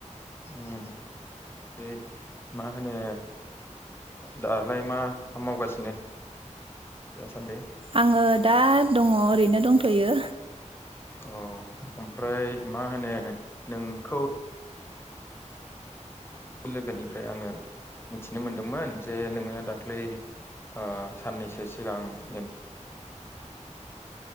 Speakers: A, on the left; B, on the right.
A: ओम होनो दालाय ओ मा मावगासिनो दासान्दि।
B: आङो दा दङ ओरैनो दंथ'यो।
A: अ ओमफ्राय मा होनो नोंखौ लोगोनिफ्राय आङो मिथिनो मोनदोंमोन जे नोङो दाख्लै ओ साननैसो सिगां ओ